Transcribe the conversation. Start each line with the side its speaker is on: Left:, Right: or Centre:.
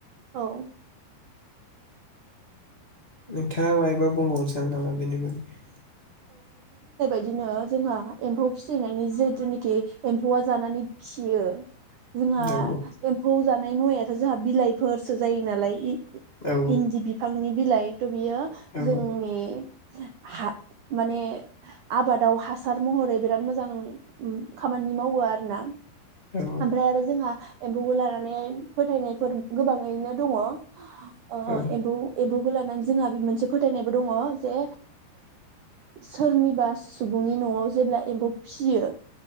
Right: औ
Left: नोंथाङा मायबा बुंबावनो सानो नामा बेनि बागै
Right: बिदिनो जोंहा एम्फौ फिसिनायनि जिहेथुनेखि एम्फौआ जानानै खियो जोंहा
Left: औ
Right: एम्फौ जा नाय मुवाथ' जोंहा बिलाइफोरसो जायो नालाय।
Left: औ
Right: इन्दि बिफांनि बिलाइ थ' बियो
Left: औ
Right: जोंनि हा माने आबादाव हासार महरै बिराद मोजां खामानि मावो आरो ना
Left: औ
Right: ओमफ्राय आरो जोंहा एम्फौखौ लानानै फोथायनायफोर गोबाङैनो दङ। ओ
Left: औ
Right: एम्फौ एम्फौ लानानै जोंहा बे मोनसे फोथायनायबो दङ जे सोरनिबा सुबुंनि न'आव जेब्ला एम्फौ फिसियो